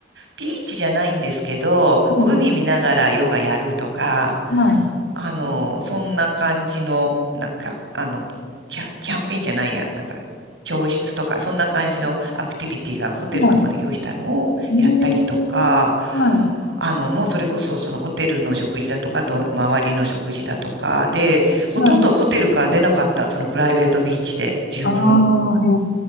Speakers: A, on the right; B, on the left.
A: ビーチじゃないんですけど、
B: うん、
A: もう海見ながらヨガやるとか、
B: はい、
A: あの、そんな感じの、なんか、あの、キャ、キャンペーンじゃないや、なんか、教室とか、そんな感じのアクティビティがホテルの方で用意したのをやったりとか、
B: はい。えー、はい、
A: あの、もうそれこそそのホテルの食事だとか、あと周りの食事だとかで、ほとんどホテルから出なかった、
B: はい。
A: そのプライベートビーチで十分
B: ああ、へえ、